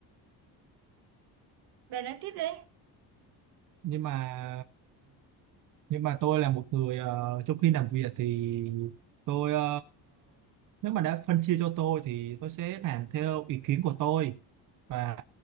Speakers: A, on the right; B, on the right.
A: bạn nói tiếp đi
B: nhưng mà nhưng mà tôi là một người ờ, trong khi làm việc thì tôi ờ, nếu mà đã phân chia cho tôi thì tôi sẽ làm theo ý kiến của tôi và